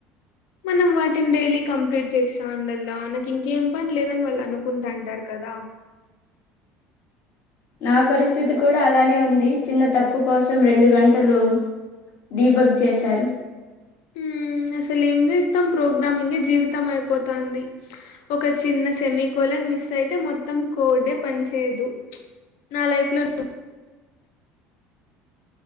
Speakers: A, on the left; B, on the left.
A: మనం వాటిని డైలీ కంప్లీట్ చేస్తా ఉండల్లా నాకు ఇంకేం. పన్లేదని వేల్లనుకో అంటారు కదా
B: నా పరిస్థితి కూడా అలానే ఉంది. చిన్న తప్పు కోసం రెండు గంటలు డీబగ్ చేశారు.
A: మ్... అసలేం చే మొత్తం ప్రోగ్రామింగ్ జీవితం అయిపోతుంది ఒక చిన్న సెమీ కోల్న్ మిస్ అయితే మొత్తం కోడ్ పని చేయదు నా లైఫ్ లో